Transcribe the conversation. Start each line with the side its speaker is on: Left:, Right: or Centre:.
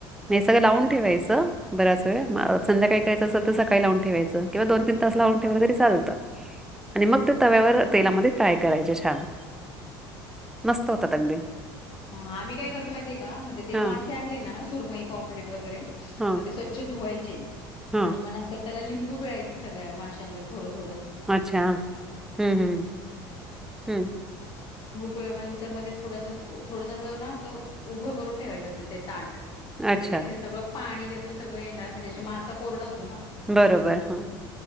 Centre: म सगळं लावून ठेवायचं बराच वेळ. संध्याकाही करायचं असेल तर सकाळी लावून ठेवायचं किंवा दोन तीन तस लावून ठेवलं तरी चालतं. आणि मग ते तव्यावर तेलामध्ये फ्राय करायचे छान. मस्त होतात अगदी
Left: हा आम्ही काय करतो माहिती आहे का म्हणजे ते
Centre: हां
Left: मासे आणले ना सुरमई पाॉपलेट वगैरे
Centre: हां
Left: मग ते स्वच्छ धुवायचे
Centre: हां
Left: आणि मग नंतर त्याला लिंबू पिळायच सगळ्या माशांवर थोडं ठ
Centre: अच्छा हं हं हं
Left: पळ नंतर मग ते थोडस थोडस ना असं उभं करून ठेवायचं असं ते ताट म्हणजे
Centre: अच्छा
Left: तेिथे सगळं पाणी त्यातलं सगळं येणार म्हणजे मासा कोरडा होत
Centre: बरोबर हा